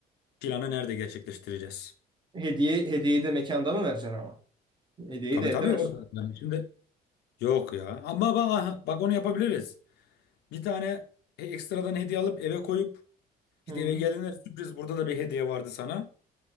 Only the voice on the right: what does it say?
Hediye, hediyeyi de mekanda mı vereceksin ama? Hediyeyi
de evde
ver.
Hı.